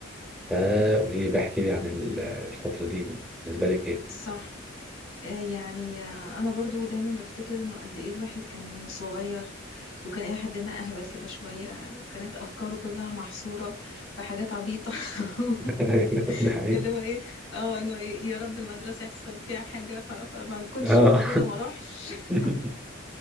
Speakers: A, in the centre; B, on the left.
A: فقولي لي بحكي لي عن ال- الفترة دي بالنسبة لك إيه؟
B: صح آه، يعني آه، انا برضو دايما بفتكر انه قد ايه الواحد كان صغير وكان الى حد ما اهبل كده شويه وكانت افكاره كلها محصوره بحاجات عبيطه <laughs>
A: <laughs> أيوة، دي حقيقة
B: اللي هو ايه اه انه إيه يا رب المدرسه يحصل فيها حاجه ف... فما نكونش
A: آه
B: موجوده ما اروحش <laughs>
A: <laughs>